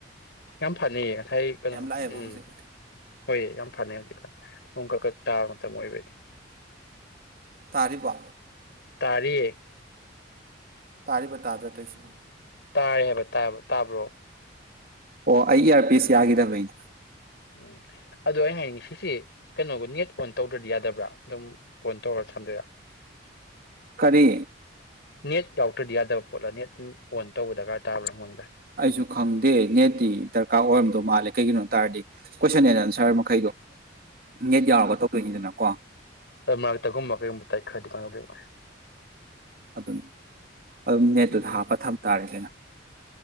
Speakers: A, on the left; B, on the right.
A: ꯌꯥꯝ ꯐꯅꯩꯌꯦ ꯉꯁꯥꯏ ꯀꯩꯅꯣ
B: ꯂꯥꯛꯑꯦꯕ
A: ꯎꯝ
B: ꯍꯧꯖꯤꯛ
A: ꯍꯣꯏ ꯌꯥꯝ ꯐꯅꯩ ꯍꯧꯖꯤꯛꯀꯟ ꯅꯣꯡ ꯀꯛ ꯀꯛ ꯇꯥꯕ ꯃꯇꯝ ꯑꯣꯏꯕꯩ
B: ꯇꯥꯔꯤꯕꯣ
A: ꯇꯥꯔꯤꯌꯦ
B: ꯇꯥꯔꯤꯕ ꯇꯥꯗ꯭ꯔꯥ ꯇꯩꯁꯤꯕꯣ
A: ꯇꯥꯔꯦ ꯍꯥꯏꯕ ꯇꯥꯏꯕ ꯇꯥꯕ꯭ꯔꯣ
B: ꯑꯣ ꯑꯩ ꯏꯌꯔ ꯄꯤꯁ ꯌꯥꯒꯤꯗꯕꯩꯅꯦ
A: ꯎꯝ ꯑꯗꯣ ꯑꯩꯩꯅ ꯍꯥꯏꯅꯤꯡꯉꯤ ꯁꯤꯁꯤ ꯀꯩꯅꯣꯒ ꯅꯦꯠ ꯑꯣꯟ ꯇꯧꯗ꯭ꯔꯗꯤ ꯌꯥꯗꯕ꯭ꯔꯥ ꯑꯗꯨꯝ ꯑꯣꯟ ꯇꯧꯔ ꯁꯥꯟꯗꯣꯏꯔ
B: ꯀꯔꯤ
A: ꯅꯦꯠ ꯌꯥꯎꯇ꯭ꯔꯗꯤ ꯌꯥꯗꯕ ꯄꯣꯠꯂꯥ ꯅꯦꯠ ꯑꯣꯟ ꯇꯧꯕ ꯗꯔꯀꯥꯔ ꯇꯥꯕ꯭ꯔꯥ ꯍꯪꯕꯅꯤꯗ
B: ꯑꯩꯁꯨ ꯈꯪꯗꯦ ꯅꯦꯠꯇꯤ ꯗꯔꯀꯥꯔ ꯑꯣꯏꯔꯝꯗꯣ ꯃꯥꯜꯂꯦ ꯀꯩꯒꯤꯅꯣ ꯍꯥꯏ ꯇꯥꯔꯗꯤ ꯀꯣꯏꯁꯟ‌ ꯑꯅ ꯑꯟꯁꯔ ꯃꯈꯩꯗꯣ ꯅꯦꯠ ꯌꯥꯎꯔꯒ ꯇꯧꯗꯣꯏꯅꯤꯗꯅꯀꯣ
A: ꯎꯝ ꯑꯗꯨ ꯃꯔꯛꯇꯒꯨꯝꯕ ꯀꯩꯒꯨꯝꯕ ꯇꯠꯈꯔꯗꯤ ꯀꯥꯟꯇꯧꯗꯣꯏꯕ
B: ꯑꯗꯨꯅꯤ ꯑꯗꯨꯝ ꯅꯦꯠꯇꯨꯗ
A: ꯎꯝ
B: ꯍꯥꯞꯄ ꯊꯝ ꯇꯥꯔꯦꯗꯅ ꯎ